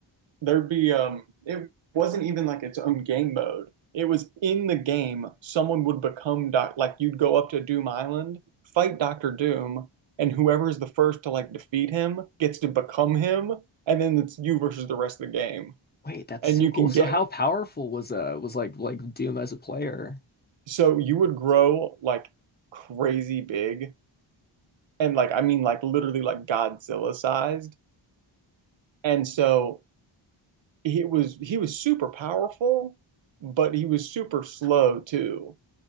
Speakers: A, on the right; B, on the left.
A: there'd be um it wasn't even like its own game mode. It was in the game, someone would become doc like you'd go up to Doom Island, fight Doctor Doom, and whoever's the first to like defeat him gets to become him, and then it's you versus the rest of the game.
B: Wait, that's
A: And
B: so
A: you
B: cool.
A: can
B: So
A: get
B: how powerful was uh was like like Doom as a player?
A: So you would grow like crazy big and like I mean like literally like Godzilla sized. And so he was he was super powerful, but he was super slow too.